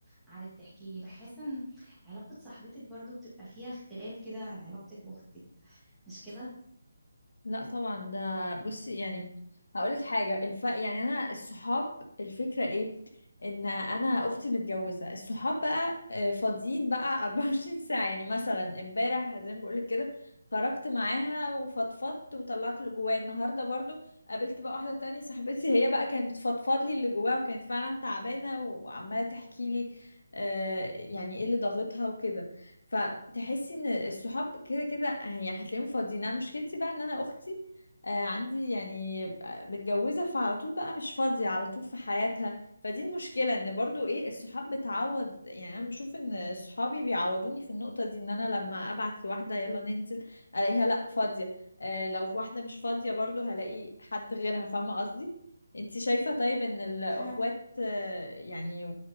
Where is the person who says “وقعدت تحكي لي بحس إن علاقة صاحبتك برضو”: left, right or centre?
Centre